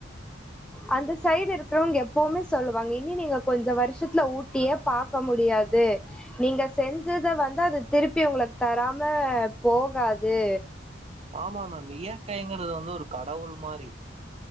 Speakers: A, in the centre; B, on the right.
A: அந்த சைடு இருக்கறவ்ங்க எப்பவுமே சொல்லுவாங்க இன்னி நீங்க கொஞ்சோ வருஷத்துல ஊட்டியே பாக்க முடியாது நீங்க செஞ்சத வந்து அது திருப்பி உங்களுக்கு தராம போகாது
B: ஆமா மேம் இயற்கைங்கறது வந்து ஒரு கடவுள் மாரி